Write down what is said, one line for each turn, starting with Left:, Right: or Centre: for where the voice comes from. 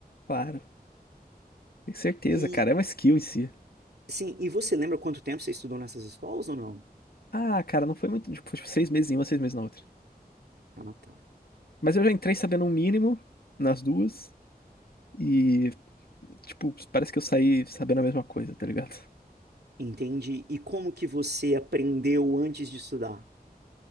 Left: Claro, tenho certeza,
Right: E,
Left: cara. É uma skill em si.
Right: sim, e você lembra quanto tempo você estudou nessas escolas ou não?
Left: Ah, cara, não foi muito. Tipo, foi, tipo, seis meses em uma, seis meses na outra.
Right: Ah, tá.
Left: Mas eu já entrei sabendo um mínimo nas duas. E, tipo, parece que eu saí sabendo a mesma coisa, tá ligado?
Right: Entendi. E como que você aprendeu antes de estudar?